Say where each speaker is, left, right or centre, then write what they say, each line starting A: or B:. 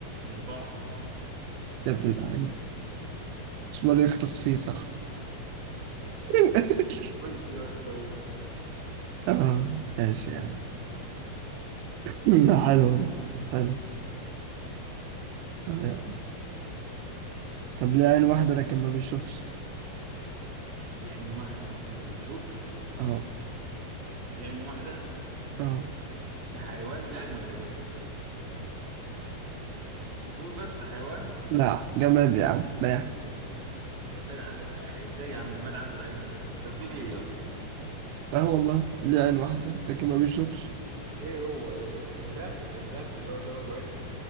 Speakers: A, on the right; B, on the right.
A: البحر
B: يا ابن اللعين مسمار يختص فيه صح <laughs>
A: خش يا اسطى هو.
B: اه ماشي يعني لا حلوة دي حلو اه يا عم. طب ليه عين واحدة لكن ما بيشوفش
A: لعين واحده بس ما بيشوفش
B: اه
A: لعين واحده
B: اه
A: ده حيوان يعني ولا ايه قول بس حيوان
B: لا جماد يا عم لا يا عم.
A: جماد عنده ح... ازاي يا عم جماد عنده عين يا اسطى انت بتقول ايه يا اسطى
B: اه والله ليه عين واحدة لكن ما بيشوفش
A: ايه هو ال- الباب الباب اللي هو الباب ابو عين